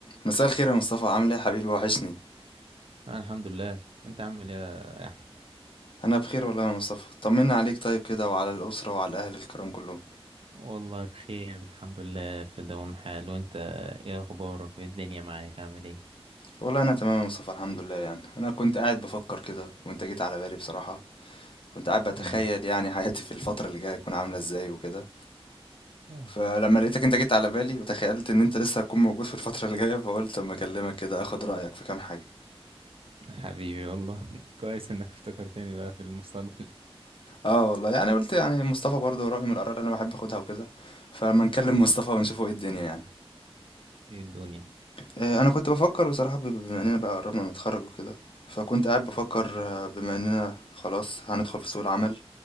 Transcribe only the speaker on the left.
مساء الخير يا مصطفى عامل ايه يا حبيبي وحشني
انا بخير والله يا مصطفى طمنا عليك طيب كده وعلى الاسره وعلى الاهل الكرام كلهم
والله انا تمام يا مصطفى الحمد لله يعني انا كنت قاعد بفكر كده وانت جيت على بالي بصراحه كنت قاعد بتخيل
يعني <laughs> حياتي في الفتره اللي جايه تكون عامله ازاي وكده
فلما لقيتك انت جيت على بالي وتخيلت ان انت لسه هتكون موجود في الفتره اللي جايه فقلت اما اكلمك كده اخد رايك في كام حاجه
اه والله يعني قلت يعني مصطفى برضه رايه من الاراء اللي انا بحب اخدها وكده فلما نكلم مصطفى ونشوفه ايه الدنيا يعني
آه، انا كنت بفكر بصراحه ب- بما اننا بقى قربنا نتخرج وكده فكنت قاعد بفكر آه، بما اننا خلاص هندخل في سوق العمل